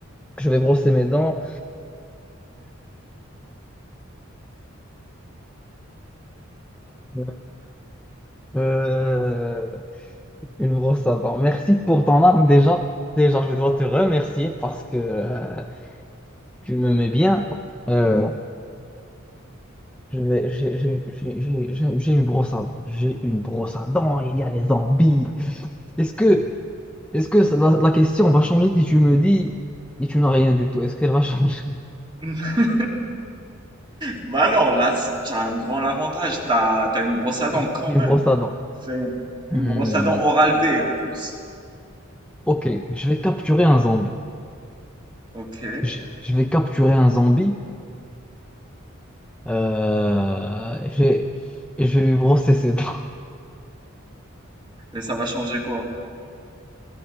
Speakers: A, in the centre; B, on the right.
A: Je vais brosser mes dents. Euh, euh, une brosse à dents. Merci pour ton arme déjà. Déjà, je dois te remercier parce que euh, tu me mets bien. Euh, Je vais- J'ai j'ai- j'ai- j'ai- j'ai- j'ai une brosse à dents. J'ai une brosse à dents. Il y a les zombies. Est-ce que, est-ce que ça- la, la question va changer si tu me dis et tu n'as rien du tout? Est-ce qu'elle va changer?
B: <laughs> Bah non, là, t'as un grand avantage, t'as, t'as une brosse à dents
A: <laughs>
B: quand
A: J'ai une
B: même.
A: brosse à dents.
B: C'est une
A: Hmm,
B: brosse à dents Oral-B en plus.
A: Ok, je vais capturer un zombie.
B: Ok. Et
A: Je, je vais capturer un zombie. euh, et je vais, et je vais lui brosser ses dents.
B: ça va changer quoi?